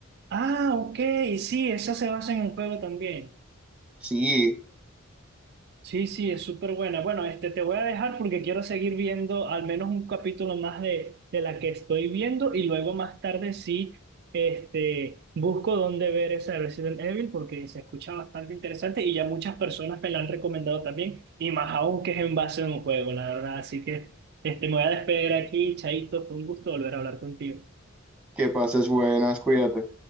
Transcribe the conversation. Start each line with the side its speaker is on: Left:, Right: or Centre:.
Right: Ah, ok, sí, esa se basa en un juego también.
Centre: Sí,
Right: Sí, sí, es súper buena. Bueno, este, te voy a dejar porque quiero seguir viendo al menos un capítulo más de, de la que estoy viendo y luego más tarde sí, este, busco dónde ver esa de Resident Evil porque se escucha bastante interesante y ya muchas personas me la han recomendado también y más aún que es en base a un juego, la verdad. Así que, este, me voy a despedir aquí, Chaito, fue un gusto volver a hablar contigo.
Centre: que pases buenas, cuídate.